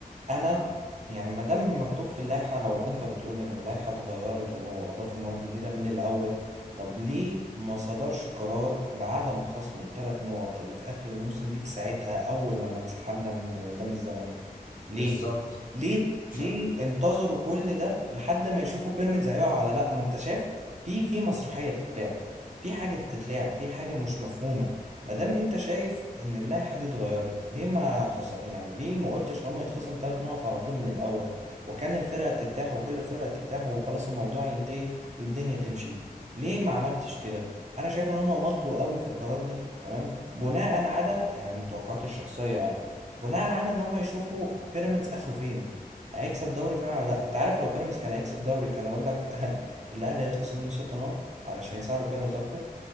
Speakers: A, on the right; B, on the left.
A: انا
B: امم
A: يعني ما دام مكتوب في اللائحه لو انت بتقول ان اللائحه اتغيرت واضافوا مواد جديده من الاول طب ليه ما صدرش قرار بعدم خصم الثلاث نقط اللي في اخر الموسم دي في ساعتها اول لما انسحبنا من قدام الزمالك ليه
B: بالظبط
A: ليه
B: مش
A: ليه
B: عارف
A: انتظروا كل ده لحد ما يشوفوا بيراميدز هيقع ولا لا ما انت شايف في في مسرحيه بتتلعب في حاجه بتتلعب في حاجه مش مفهومه ما دام انت شايف ان اللائحه دي اتغيرت ليه ما خص... يعني ليه ما قلتش ان هم يتخصم ثلاث نقط على طول من الاول وكان الفرقه ترتاح وكل فرقه ترتاح وخلاص الموضوع ينتهي والدنيا تمشي ليه ما عملتش كده انا شايف ان هم مطلوا قوي في القرار ده تمام بناء على يعني متوقعاتي الشخصيه يعني بناء على ان هم يشوفوا بيراميدز اخره فين هيكسب دوري فعلا ولا لا انت عارف لو بيراميدز كان هيكسب دوري كان اقول لك <laughs> الاهلي هيتخصم منه ست نقط علشان يساعدوا بيراميدز اكتر